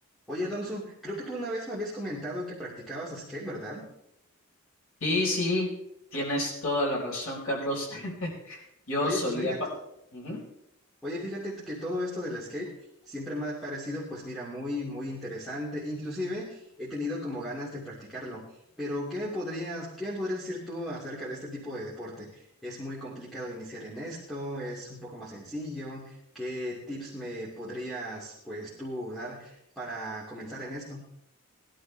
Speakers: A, in the centre; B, on the left.
A: Oye, Alonso, creo que tú una vez me habías comentado que practicabas skate, ¿verdad?
B: Sí, sí, tienes toda la razón, Carlos. <laughs> Yo
A: Oye,
B: solía...
A: pues fíjate,
B: pa- Ujú.
A: oye, fíjate que todo esto del skate siempre me ha parecido, pues mira, muy, muy interesante. Inclusive he tenido como ganas de practicarlo. Pero, ¿qué me podrías, qué me podrías decir tú acerca de este tipo de deporte? ¿Es muy complicado iniciar en esto? ¿Es un poco más sencillo? ¿Qué tips me podrías, pues tú, dar para comenzar en esto?